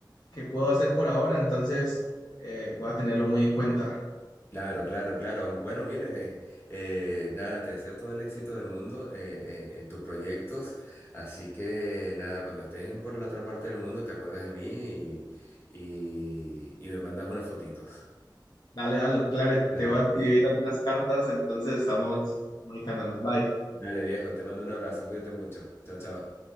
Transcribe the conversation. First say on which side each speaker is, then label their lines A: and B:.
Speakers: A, on the left; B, on the left.
A: que puedo hacer por ahora, entonces eh, voy a tenerlo muy en cuenta.
B: Claro, claro, claro. Bueno, Miller, eh, eh, nada, te deseo todo el éxito del mundo eh, eh, en tus proyectos. Así que nada, cuando estés en por la otra parte del mundo, te acuerdas de mí y, y y me mandas unas fotitos.
A: Dale, dale, claro,
B: <laughs>
A: te voy a escribir algunas cartas, entonces estamos comunicándonos. Bye.
B: Dale, viejo, te mando un abrazo, cuídate mucho. Chao, chao.